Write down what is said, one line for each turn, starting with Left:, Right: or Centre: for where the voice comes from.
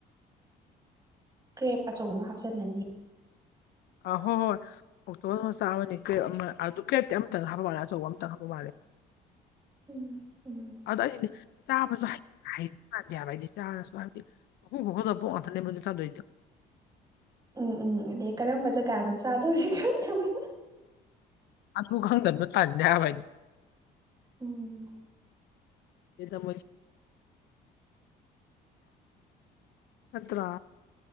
Right: ꯀ꯭ꯔꯦꯞ ꯑꯆꯧꯕ ꯑꯃ ꯍꯥꯞꯆꯤꯜꯂꯅꯤ
Left: ꯑ ꯍꯣ ꯍꯣꯏ ꯑꯣꯛꯇꯣꯕ ꯃꯆꯥ ꯑꯃꯅꯤꯅꯤ ꯀꯦꯠ ꯑꯗꯨ ꯀꯦꯠꯇꯤ ꯑꯃꯝꯇꯪ ꯍꯥꯞꯄ ꯃꯥꯜꯂꯦ ꯑꯆꯧꯕ ꯑꯃꯇꯪ ꯍꯥꯞꯄ ꯃꯥꯂ
Right: ꯎꯝ ꯎꯝ
Left: ꯑꯗꯨꯗꯣ ꯑꯩꯗꯤ ꯆꯥꯕꯁꯨ ꯍꯥꯏ ꯃꯥꯟꯗꯦ ꯍꯥꯏꯕ ꯍꯥꯏꯗꯤ ꯆꯥꯔꯁꯨ ꯍꯥꯏꯕꯗꯤ ꯍ ꯍꯣꯗꯕꯑꯣ ꯑꯊꯅꯦ ꯕꯖ ꯊꯗꯣꯏ
Right: ꯎꯝ ꯎꯝ ꯑꯗꯩ ꯀꯔꯝꯕ ꯖꯒꯥꯅꯣ ꯆꯥꯗꯧꯁꯦ ꯈꯪꯗꯕꯅꯣ
Left: ꯑꯗꯨ ꯈꯪꯗꯅꯣ ꯇꯟꯅꯤ ꯍꯥꯏꯕ ꯑꯩꯗꯤ
Right: ꯎꯝ
Left: ꯗ ꯑꯠꯇ